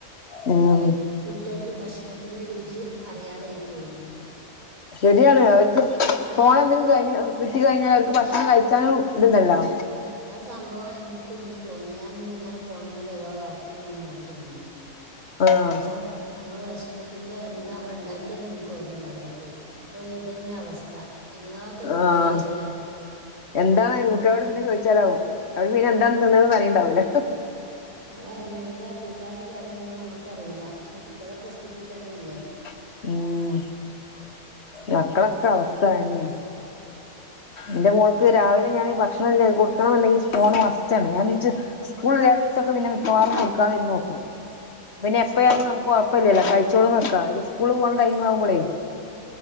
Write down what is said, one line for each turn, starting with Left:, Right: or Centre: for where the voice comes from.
Left: ഉം
Right: കുട്ട്യൾക്ക് ഭക്ഷണത്തിന്റെ രുചി അറിയാതായി പോകൂ ന്ന്
Left: ശരിയാണ് അവർക്ക്
Right: അത്
Left: ഫോണെന്തേ ലും കഴിഞ്ഞ് കിട്ടികഴിഞ്ഞാൽ അവർക്ക് ഭക്ഷണം കഴിക്കാനുയിതുണ്ടല്ലോ
Right: ആ സംഭവം എനിക്കൂ ഇന്ന് തോന്നി ഞാൻ ഇന്നിങ്ങനെ ഫോണുമ്മേ ല് ഓരോ വർക്ക് ഇങ്ങനെ നോക്കിന്നീനി
Left: ആഹ്
Right: അപ്പോ നമ്മൾ ഭക്ഷണത്തിന്റെ എന്താമ്മളുണ്ടാക്കിയേന്ന് എനിക്ക് ഓർമ്മല്ലാതായി പോയ് അപ്പൊ ഇതന്നെ അവസ്ഥ എങ്ങനെയൊക്കെ തിന്ന്
Left: ആം
Right: വയ്യറിയാ
Left: എന്താണിത് കുട്ടിയോളോട് പിന്നെ ചോദിച്ചാലാവും അവര് പിന്നെ എന്താണ് തിന്നേന്ന് അറിയിണ്ടാവൂലല്ല
Right: അതാ പറഞ്ഞേ എന്താ കൂട്ടാന് കറിയൊന്ന് നമ്മുക്കറിയില്ലാ അപ്പൊ കുട്ടിയോളെ ക്കെ സ്ഥിതി ഇതന്നല്ലേ
Left: <unintelligible> മ്മ് മക്കളെക്കാ അവസ്ഥ തന്നി ന്റെ മോൾക്ക് രാവിലെ ഞാന് ഭക്ഷണല്ലേ കൊടുക്കണമെന്തേല് ഫോൺ മസ്റ്റാണു ഞാനിഞ്ച് സ്കൂളില്ലാത്തിവസൊക്കെ പിന്നെ മിക്കവാറും കൊടുക്കാതിരുന്നോക്കും പിന്നെ
Right: ഇപ്പൊ
Left: എപ്പഴത്
Right: ചെറുതിന്
Left: നമുക്ക് കൊഴപ്പില്ല്യലോ കഴിച്ചോളൂന്ന് വെക്കാ ഇത് സ്കൂളി പോണ ടൈം ആവുമ്പോളേ